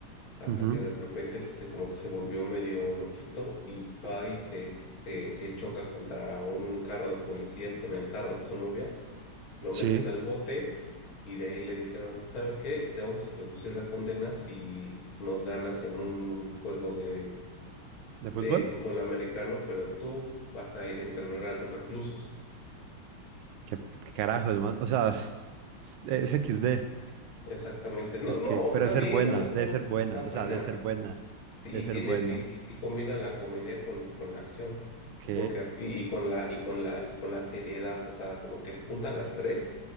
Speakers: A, on the left; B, on the right.
A: hasta
B: Ujú,
A: que de repente se, como que se volvió medio loquito y va y se, se, se choca contra un carro de policías con el carro de su novia, lo
B: Sí.
A: meten al bote y de ahí le dijeron, ¿sabes qué? Te vamos a reducir la condena si nos ganas en un juego de
B: ¿De
A: de
B: fútbol?
A: fútbol americano, pero tú vas a entrenar a los reclusos.
B: ¿Qué, qué carajo, hermano? O sea, es, es XD.
A: Exactamente. No,
B: Ok.
A: no,
B: Pero
A: está
B: debe ser
A: bien,
B: buena,
A: o sea, está,
B: debe ser buena.
A: está buena.
B: O sea, debe ser buena.
A: Y
B: Debe ser
A: tiene,
B: buena.
A: y, y sí combina la comedia con, con la acción.
B: Ok,
A: Porque, y, y con la, y con la, y con la seriedad. O sea, como que junta las tres